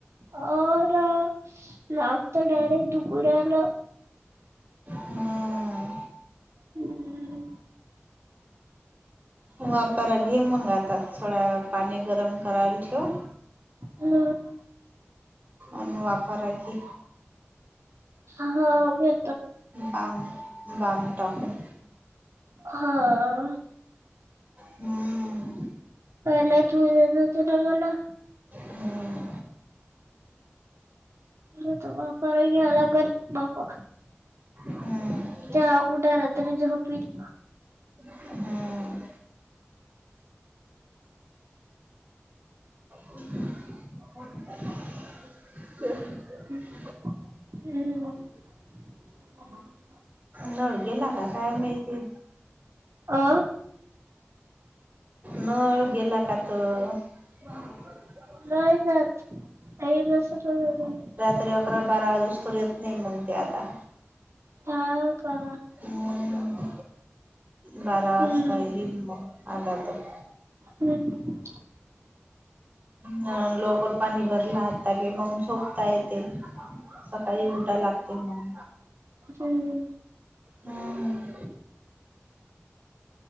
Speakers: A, on the right; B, on the right.
A: हो ना मान डायरेक्ट दुखू राहिलं.
B: हम्म
A: हम्म.
B: वाफर्य मग घे मग आता थोडा वेळ पाणी गरम करायला ठेव.
A: हम <unintelligible>
B: आणि वाफारायची
A: हा घे
B: बाम बाम टाकून
A: हा.
B: हम्म
A: पहिलाच देत होते ना तू मला.
B: हम्म
A: आता वापर्या घ्याय लागल बापा
B: हम्म
A: चहा कुड रात्री झोप येईल.
B: हम्म <unintelligible>
A: हम्म <unintelligible>
B: नळ गेला का काय माहिती.
A: आं?
B: नळ गेला का तो? <unintelligible>
A: नाही जात कायम <unintelligible>
B: तरी अकरा बारा बाजूस तवर नाही मग ती आता.
A: हा का?
B: हम्म बारा वाजता
A: हम्म
B: येईल मग आला तर
A: हम्म
B: ह लवकर पाणी भरला आता की मग झोपता येते. सकाळी उठाय लागते मग.
A: हम्म <unintelligible>
B: हम्म.